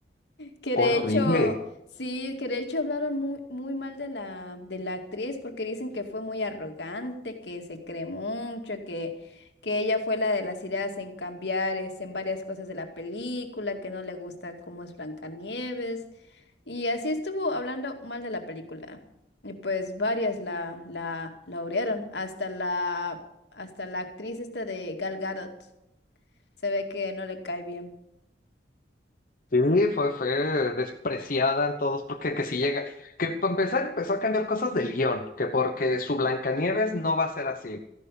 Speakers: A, on the left; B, on the left.
A: Que
B: Horrible.
A: de hecho, sí, que de hecho hablaron muy, muy mal de la, de la actriz porque dicen que fue muy arrogante, que se cree mucho, que, que ella fue la de las ideas en cambiar este, en varias cosas de la película, que no le gusta cómo es Blancanieves. Y así estuvo hablando mal de la película. Y pues varias la, la, la odiaron, hasta la, hasta la actriz esta de Gal Gadot. Se ve que no le cae bien.
B: Sí, fue, fue despreciada en todos, porque que si llega, que para empezar empezó a cambiar cosas del guión, que porque su Blancanieves no va a ser así.